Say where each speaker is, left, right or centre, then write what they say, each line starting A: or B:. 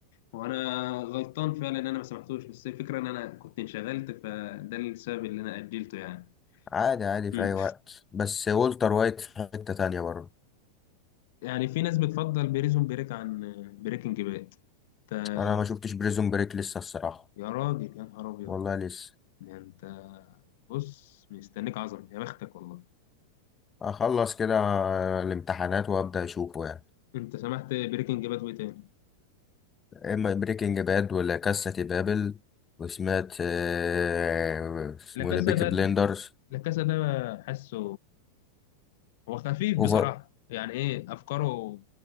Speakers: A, on the left (about 50°); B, on the left (about 20°).
A: وأنا غلطان فعلا إن أنا ما سمحتوش بس الفكرة إن أنا كنت انشغلت فده السبب اللي أنا أجلته يعني
B: عادي عادي
A: مم.
B: في اي وقت بس والتر وايت في حتة تانية برضه
A: يعني في ناس بتفضل بريزون بريك عن بريكنج باد أنت
B: انا ما شفتش بريزون بريك لسه الصراحة
A: يا راجل يا نهار أبيض
B: والله لسه
A: ده أنت بص مستنيك عظمة يا بختك والله
B: اخلص كده آه، الامتحانات وابدا اشوفه يعني
A: انت سمحت بريكنج باد وايه تاني
B: اما بريكنج باد ولا كاسة دي بابل وسمعت آه، اسمه
A: لا كاسا
B: إيه ده بيكي
A: ده
B: بليندرز
A: لا كاسا ده حاسه هو خفيف
B: اوفر
A: بصراحة يعني ايه افكاره